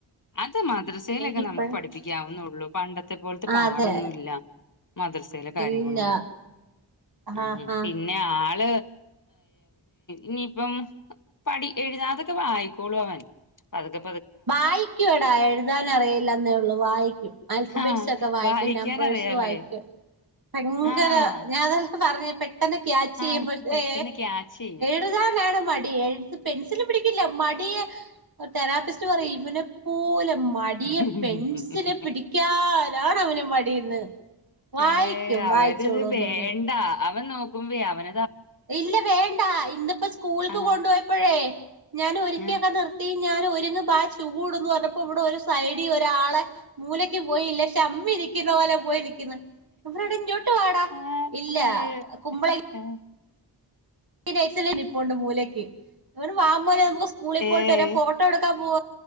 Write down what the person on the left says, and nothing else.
അത് മദ്രസയിലൊക്കെ
നമുക്ക് പഠിപ്പിക്കാവുന്നുള്ളു പണ്ടത്തെ പോലത്തെ
പാടൊന്നുമ
ഇല്ല മദർസയിലെ കാര്യങ്ങളൊന്നും
ഉ
പിന്നെ ആള് ഇനിയിപ്പം പടി എഴുതാതൊക്കെ വായിക്കോളൂ അവൻ അതൊക്കെ
ആഹ്
വായിക്കാൻ
അറിയാലേ
ആഹ്
ആഹ്
പെട്ടെന്ന് ക്യാച്ച് ചെയ്യും
ഏഴ്
ഏ അവരത്
വേണ്ട അവൻ നോക്കുമ്പോയ അവൻ
ആ
ആ
ആ,
ഏ
ഏ,
ഏ,